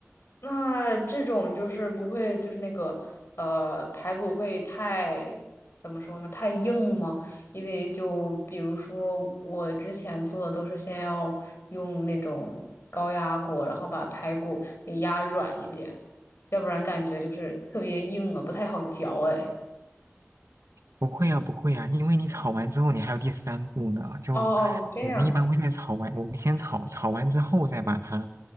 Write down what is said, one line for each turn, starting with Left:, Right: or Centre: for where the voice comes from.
Left: 那这种就是不会，就是那个呃，排骨会太怎么说呢？太硬吗？因为就比如说我之前做的都是先要用那种高压锅，然后把排骨给压软一点，要不然感觉就是特别硬啊，不太好嚼哎。
Right: 不会啊，不会啊，因为你炒完之后，你还有第三步呢。就我们一般会在炒完，
Left: 哦哦，这样的
Right: 我们先炒，炒完之后再把它，